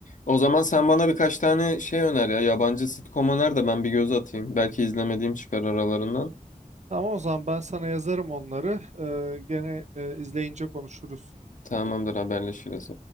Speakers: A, on the left; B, on the right.
A: O zaman sen bana birkaç tane şey öner ya. Yabancı sitcom öner de ben bir göz atayım. Belki izlemediğim çıkar aralarından.
B: Tamam o zaman ben sana yazarım onları. Ee, gene e, izleyince konuşuruz.
A: Tamamdır haberleşiriz.